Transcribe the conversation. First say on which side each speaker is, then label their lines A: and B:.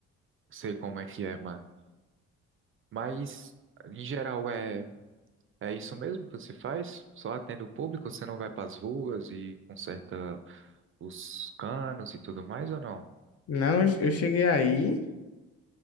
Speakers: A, on the right; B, on the left.
A: Sei como é que é, mano. Mas, em geral, é, é isso mesmo que você faz? Só atende o público? Você não vai pras ruas e conserta os canos e tudo mais, ou não?
B: Não, eu eu cheguei aí,